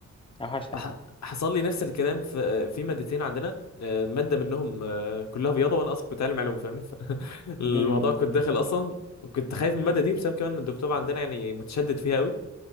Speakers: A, on the left (about 15°); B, on the left (about 65°).
A: اوحش حاجه
B: فح- حصل لي نفس الكلام في آه، في مادتين عندنا آه، مادة منهم آه، كلها بياضة وانا اصلا كنت عالم علوم فاهمني فالموضوع
A: امم
B: <laughs> كنت داخل اصلا كنت خايف من المادة دي بسبب كمان ان الدكتور عندنا يعني متشدد فيها قوي